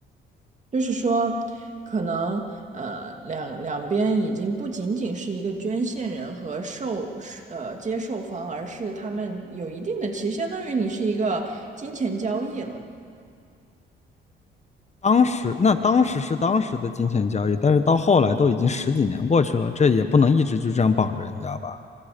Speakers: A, on the right (about 35°); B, on the left (about 35°).
A: 就是说，可能呃两两边已经不仅仅是一个捐献人和受呃接受方，而是他们有一定的，其实相当于你是一个金钱交易了。
B: 当时那当时是当时的金钱交易，但是到后来都已经十几年过去了，这也不能一直就这样绑着人家吧？